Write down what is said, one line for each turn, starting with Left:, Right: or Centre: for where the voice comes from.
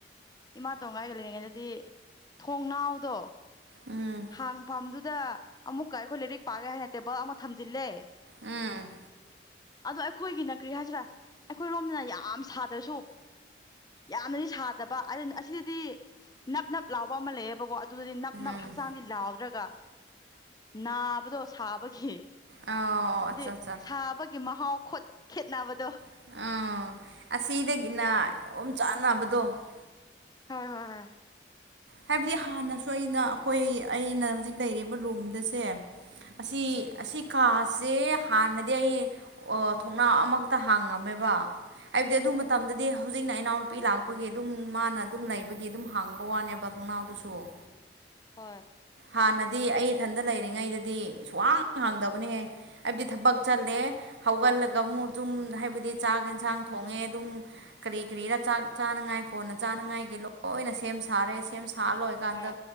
Left: ꯏꯃꯥꯇꯣꯟꯒ ꯑꯩꯒ ꯂꯩꯔꯤꯉꯩꯗꯗꯤ ꯊꯣꯡꯅꯥꯎꯗꯣ
Right: ꯎꯝ
Left: ꯍꯥꯡꯐꯝꯗꯨꯗ ꯑꯃꯨꯛꯀ ꯑꯩꯈꯣꯏ ꯂꯥꯏꯔꯤꯛ ꯄꯥꯒꯦ ꯍꯥꯏꯅ ꯇꯦꯕꯜ ꯑꯃ ꯊꯝꯖꯤꯜꯂꯦ
Right: ꯎꯝ
Left: ꯑꯗꯣ ꯑꯩꯈꯣꯏꯒꯤꯅ ꯀ꯭ꯔꯤ ꯍꯥꯏꯁꯤꯔꯥ ꯑꯩꯈꯣꯏꯔꯣꯝꯗꯅ ꯌꯥꯝ ꯁꯥꯗ꯭ꯔꯁꯨ ꯌꯥꯝꯅꯗꯤ ꯁꯥꯗꯕ ꯑꯁꯤꯗꯗꯤ ꯅꯞ ꯅꯞ ꯂꯥꯎꯕ ꯑꯃ ꯂꯩꯌꯦꯕꯀꯣ ꯑꯗꯨꯗꯗꯤ ꯅꯞ ꯅꯞ
Right: ꯎꯝ
Left: ꯍꯛ ꯂꯥꯎ ꯅꯠꯇ꯭ꯔꯒ ꯅꯥꯕꯗꯣ ꯁꯥꯕꯒꯤ
Right: ꯑ ꯑꯠꯆꯥ
Left: ꯗꯤ
Right: ꯑꯠꯆꯥ
Left: ꯁꯥꯕꯒꯤ ꯃꯍꯥꯎ ꯈꯨꯠ ꯈꯦꯠꯅꯕꯗꯣ
Right: ꯎꯥ ꯑꯁꯤꯗꯒꯤꯅ ꯑꯣꯝꯆꯥꯛꯅꯕꯗꯣ
Left: ꯍꯣꯏ ꯍꯣꯏ
Right: ꯍꯥꯏꯕꯗꯤ ꯍꯥꯟꯅꯁꯨ ꯑꯩꯅ ꯑꯩꯈꯣꯏ ꯑꯩꯅ ꯍꯧꯖꯤꯛ ꯂꯩꯔꯤꯕ ꯔꯨꯝꯗꯁꯦ ꯑꯁꯤ
Left: ꯎꯝ
Right: ꯑꯁꯤ ꯀꯥꯁꯦ ꯍꯥꯟꯅꯗꯤ ꯑꯩ ꯊꯣꯡꯅꯥ ꯑꯃꯛꯇ ꯍꯥꯡꯉꯝꯃꯦꯕ ꯍꯥꯏꯕꯗꯤ ꯑꯗꯨ
Left: ꯎꯝ
Right: ꯃꯇꯝꯗꯗꯤ ꯍꯧꯖꯤꯛꯅ ꯏꯅꯥꯎꯅꯨꯄꯤ ꯂꯥꯛꯄꯒꯤ ꯑꯗꯨꯝ ꯃꯥꯅ ꯑꯗꯨꯝ ꯂꯩꯕꯒꯤ ꯑꯗꯨꯝ ꯍꯥꯡꯕ ꯋꯥꯅꯦꯕ ꯊꯣꯡꯅꯥꯎꯗꯨꯁꯨ
Left: ꯎꯝ ꯍꯣꯏ
Right: ꯍꯥꯟꯅꯗꯤ ꯑꯩ ꯏꯊꯟꯗ ꯂꯩꯔꯤꯉꯩꯗꯗꯤ ꯁꯨꯋꯥꯡ ꯍꯥꯡꯗꯕꯅꯦꯍꯦ ꯑꯩꯗꯤ ꯊꯕꯛ
Left: ꯑꯣ
Right: ꯆꯠꯂꯦ ꯍꯧꯒꯠꯂꯒ ꯑꯃꯨꯛ ꯑꯗꯨꯝ ꯍꯥꯏꯕꯗꯤ ꯆꯥꯛ ꯌꯦꯟꯁꯥꯡ ꯊꯣꯡꯉꯦ ꯑꯗꯨꯝ ꯀꯔꯤ ꯀꯔꯤ ꯆꯥꯅꯉꯥꯏ ꯀꯣꯟꯅ ꯆꯥꯅꯉꯥꯏꯒꯤ ꯂꯣꯏꯅ ꯁꯦꯝ ꯁꯥꯔꯦ ꯁꯦꯝ ꯁꯥ ꯂꯣꯏ
Left: ꯍꯣꯏ
Right: ꯑꯗꯣ